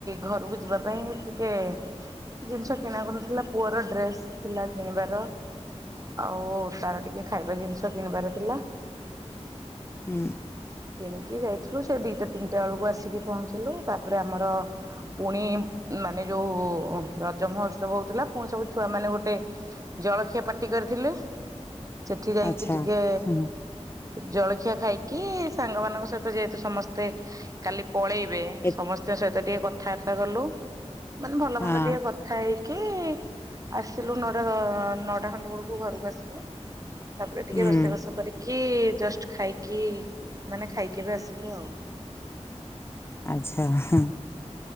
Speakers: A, on the right (about 30°); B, on the left (about 20°).
A: ଘରକୁ ଯିବା ପାଇଁ ଟିକେ ଜିନିଷ କିଣାକୁଣି ଥିଲା, ପୁଅର ଡ୍ରେସ ଥିଲା କିଣିବାର। ଆଉ ତାର ଟିକେ ଖାଇବା ଜିନିଷ କିଣିବାର ଥିଲା।
B: ହୁଁ।
A: କିଣିକି ଯାଇଥିଲୁ ସେ ଦିଟା ତିନିଟା ବେଳକୁ ଆସିକି ପହଞ୍ଚିଲୁ, ତାପରେ ଆମର ପୁଣି ମାନେ ଯୋଉ ରଜ ମହୋତ୍ସବ ହଉଥିଲା, ପୁଣି ସବୁ ଛୁଆ ମାନେ ଗୋଟେ ଜଳଖିଆ ପାଟି କରିଥିଲେ, ସେଠି ଯାଇଁକି
B: ଆଚ୍ଛା
A: ଟିକେ
B: ହୁଁ।
A: ଜଳଖିଆ ଖାଇକି ସାଙ୍ଗମାନଙ୍କ ସହିତ ଯେହେତୁ ସମସ୍ତେ କାଲି ପଳେଇବେ
B: ଏ
A: ସମସ୍ତଙ୍କ ସହିତ ଟିକେ କଥାବାର୍ତ୍ତା କଲୁ, ମାନେ ଭଲ
B: ହଁ
A: ମନ୍ଦ ଟିକେ କ ଥା ହେଇକି ଆସିଲୁ ନଅଟା ଦ ନଅଟା ଖଣ୍ଡେ ବେଳକୁ ଘରକୁ ଆସିଲୁ। ତାପରେ ଟିକେ
B: ହୁଁ
A: ରୋଷେଇ ବାଷ କରିକି ଜଷ୍ଟ ଖାଇକି ମାନେ ଖାଇକି ଏବେ ଆସିଲୁ ଆଉ।
B: ଆଚ୍ଛା ହଁ,